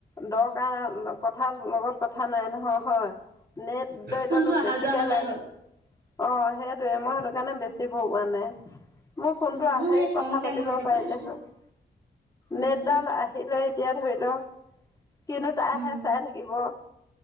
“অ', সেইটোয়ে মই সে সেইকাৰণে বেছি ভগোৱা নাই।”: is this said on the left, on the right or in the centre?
Left